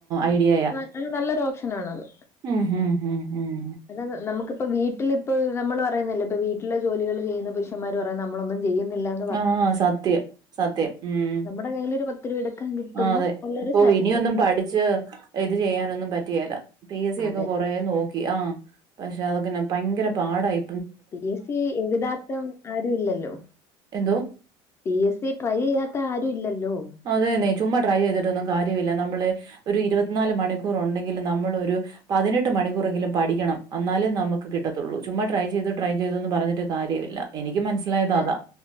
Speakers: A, on the right (about 40°); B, on the left (about 25°).
A: ഐഡിയ
B: അഹ് നല്ലൊരു ഓപ്ഷനാണത്
A: ഉം ഉം ഉം ഉം
B: എന്നാ നമുക്കിപ്പ വീട്ടിലിപ്പ നമ്മള് പറയുന്നില്ലേ വീട്ടിലെ ജോലികൾ ചെയ്യുന്ന പുരുഷന്മാർ പറയുന്ന നമ്മളൊന്നും ചെയ്യുന്നില്ലാന്ന്
A: ആഹ് സത്യം സത്യം ഉം
B: ടെ കൈയിലൊരു പത്ത് <unintelligible>
A: ആഹ് അതെ
B: ഉള്ളൊരു
A: ഇപ്പൊ
B: സാറ്റിസ്ഫാക്ഷൻ
A: ഇനിയൊന്നും പഠിച്ച് ഇത് ചെയ്യാനൊന്നും പറ്റിയല്ല പി എസ് സി
B: അതെ
A: ഒക്കെ കൊ റെ നോക്കി ആഹ് പക്ഷെ അതൊക്കെ ഭയങ്കര പാടായി
B: പി എ സി എഴുതാത്ത ആരു ഇല്ലല്ലോ
A: എന്തോ
B: പി എസ് സി ട്രൈ ചെയ്യാത്ത ആരു ഇല്ലല്ലോ
A: അതെന്നെ ചുമ്മാ ട്രൈ ചെയ്തിട്ടൊന്നും കാര്യവില്ല നമ്മള് ഒരു ഇരുപത്തിനാല് മണിക്കൂർ ഉണ്ടെങ്കിലും നമ്മൾ ഒരു പതിനെട്ട് മണിക്കൂറെങ്കിലും പഠിക്കണം അന്നാലേ നമുക്ക് കിട്ടത്തോള്ളൂ ചുമ്മാ ട്രൈ ചെയ്ത് ട്രൈ ചെയ്തു എന്ന് പറഞ്ഞിട്ട് കാര്യവില്ല എനിക്ക് മനസ്സിലായത്
B: ഞ
A: അതാ